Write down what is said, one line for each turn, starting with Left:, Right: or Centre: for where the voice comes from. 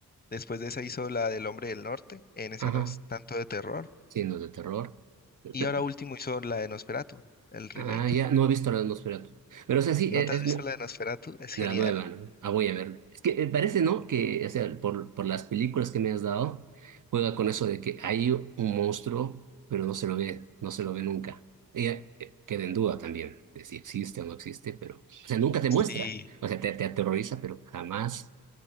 Left: Después de esa hizo la del Hombre del Norte. En esa
Right: Ajá.
Left: no es tanto de terror.
Right: Sí, no es de terror. Pe-
Left: Y ahora último hizo la de Nosferatu, el remake.
Right: Ah, ya, no he visto la de Nosferatu. Pero, o sea, sí,
Left: ¿No
Right: es,
Left: te has visto
Right: es-
Left: la de Nosferatu? Es genial.
Right: De la nueva, ¿no? Ah, voy a verla. Es que eh, parece, ¿no? Que, o sea, por, por las películas que me has dado, juega con eso de que hay un monstruo, pero no se lo ve, no se lo ve nunca. Y, eh, queda en duda también de si existe o no existe, pero, o sea, nunca te muestra.
Left: Sí,
Right: O sea, te, te aterroriza, pero jamás